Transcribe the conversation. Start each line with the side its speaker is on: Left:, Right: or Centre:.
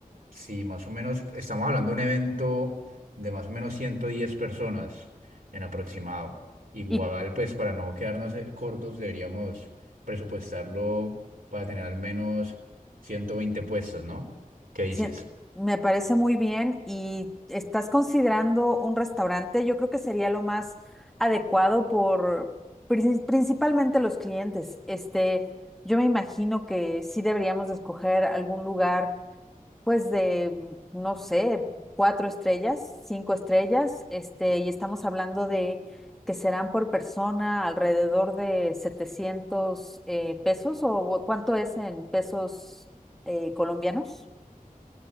Right: Sí, más o menos, estamos hablando de un evento de más o menos 110 personas en aproximado. Igual,
Centre: Y
Right: pues para no quedarnos eh, cortos, deberíamos presupuestarlo para tener al menos 120 puestos, ¿no? ¿Qué dices?
Centre: Sí, me parece muy bien. ¿Y estás considerando un restaurante? Yo creo que sería lo más adecuado por prin- principalmente los clientes. Este, yo me imagino que sí deberíamos de escoger algún lugar, pues de, no sé, cuatro estrellas, cinco estrellas. Este, y estamos hablando de que serán por persona alrededor de 700 eh, pesos o cuánto es en pesos eh, colombianos.